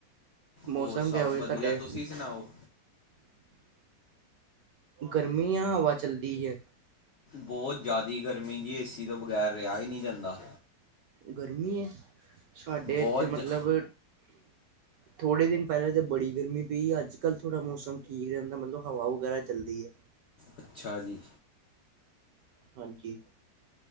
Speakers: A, on the left (about 80°); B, on the right (about 70°).
A: ਹੋਰ
B: ਮੌਸਮ
A: ਸਭ
B: ਕਿਹੋ
A: ਵਧੀਆ
B: <unintelligible> ਤੁਹਾਡੇ
A: ਤੁਸੀਂ ਸੁਣਾਓ
B: ਗਰਮੀ ਆ ਹਵਾ ਚਲਦੀ ਏ।
A: ਬਹੁਤ ਜ਼ਿਆਦਾ ਗਰਮੀ ਜੀ ਏ ਸੀ ਤੋਂ ਬਗੈਰ ਰਿਹਾ ਈ ਨਹੀਂ ਜਾਂਦਾ।
B: ਗਰਮੀ ਐ ਸਾਡੇ
A: ਬਹੁਤ
B: ਇੱਥੇ ਮਤਲਬ
A: ਜ-
B: ਥੋੜੇ ਦਿਨ ਪਹਿਲੇ ਤਾਂ ਬੜੀ ਗਰਮੀ ਪਈ ਆ ਅੱਜ ਕੱਲ ਥੋੜਾ ਮੌਸਮ ਠੀਕ ਰਹਿੰਦਾ ਮਤਲਬ ਹਵਾ ਵਗੈਰਾ ਚੱਲਦੀ ਐ।
A: ਅੱਛਾ ਜੀ।
B: ਹਾਂਜੀ।